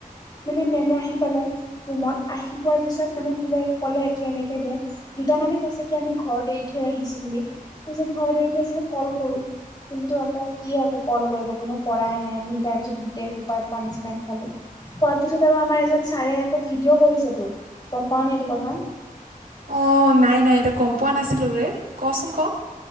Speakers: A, on the left; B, on the right.
A: মানে মেমে আহি পালে ৰুমত। আহি পোৱাৰ পিছত মানে কোলে ক'লে কি এনেকে দে। দুটা মানে কৈছে কি আমি ঘৰত এৰি থৈ আহিছো বুলি কৈছে ঘৰত এৰি থৈ যেনে কল কৰো। কিন্তু আকৌ কি আকৌ কল কৰিব কোনো কৰাই নাই, আমি তাৰ পিছত গোটেইোপাই পানিচমেন্ট খালো। খোৱাৰ পিছত আৰু আমাৰ এজন ছাৰে আকৌ ভিডিঅ' কৰিছে তোৰ গম পাও নে এইটো কথা।
B: অ, নাই-নাই এইটো গম পোৱা নাছিলোঁ ৰে কচোন ক?